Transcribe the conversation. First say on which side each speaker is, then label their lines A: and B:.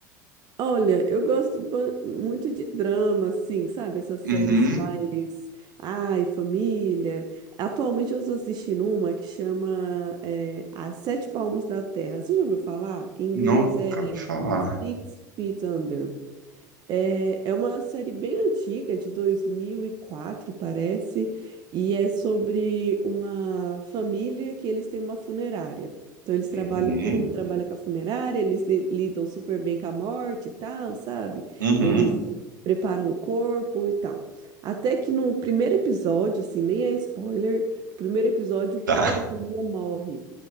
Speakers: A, on the right; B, on the right.
A: Olha, eu gosto ba- muito de drama, assim, sabe? Essas séries
B: Uhum,
A: mais. Ai, família. Atualmente eu estou assistindo uma que chama é, As Sete Palmos da Terra. Você já ouviu falar? Em inglês
B: nunca
A: é
B: ouvi falar.
A: Six Feet Under. É, é uma série bem antiga, de 2004, parece, e é sobre uma família que eles têm uma funerária. Então eles trabalham,
B: Uhum,
A: todo mundo trabalha com a funerária, eles de- lidam super bem com a morte e tal, sabe?
B: uhum,
A: Eles preparam o corpo e tal. Até que no primeiro episódio, assim, nem é spoiler, no primeiro episódio o pai
B: tá.
A: da família morre.